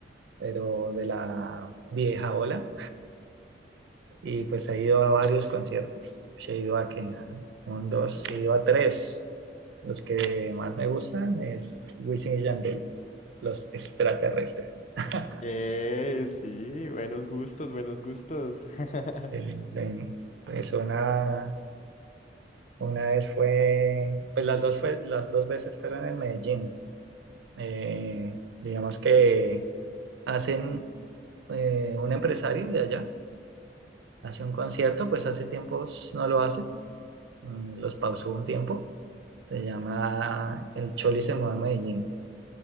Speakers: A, on the right; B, on the left.
A: pero de la vieja ola. Y pues he ido a varios conciertos. He ido a que a un, dos, he ido a tres. Los que más me gustan es Wisin y Yandel, los extraterrestres. <laughs>
B: Eh, sí, buenos gustos, buenos gustos. <laughs>
A: El- el- pues una, una vez fue, pues las dos, fue, las dos veces fueron en Medellín. Eh, digamos que hacen eh, un empresario de allá Hace un concierto, pues hace tiempos no lo hace, mm, los pausó un tiempo, se llama El Choli se mueve a Medellín.